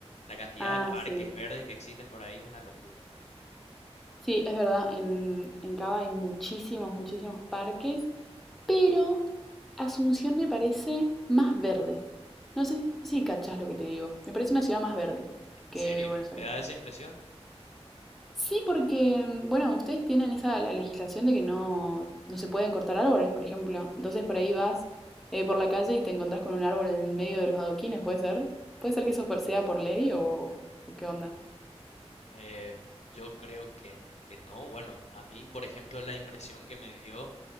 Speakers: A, on the left; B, in the centre.
A: la cantidad
B: Ah,
A: de parques
B: sí.
A: verdes que existen por ahí, es una locura.
B: Sí, es verdad. En, en Cava hay muchísimos, muchísimos parques Pero Asunción me parece más verde. No sé si cachás lo que te digo. Me parece una ciudad más verde
A: ¿En
B: que
A: serio?
B: Buenos Aires.
A: ¿Te da esa impresión?
B: Sí, porque, mm, bueno, ustedes tienen esa la legislación de que no, no se pueden cortar árboles, por ejemplo. Entonces por ahí vas eh, por la calle y te encontrás con un árbol en el medio de los adoquines, ¿puede ser? ¿Puede ser que eso por- sea por ley o, o qué onda?
A: Eh, yo creo que, que no. Bueno, a mí, por ejemplo, la impresión que me dio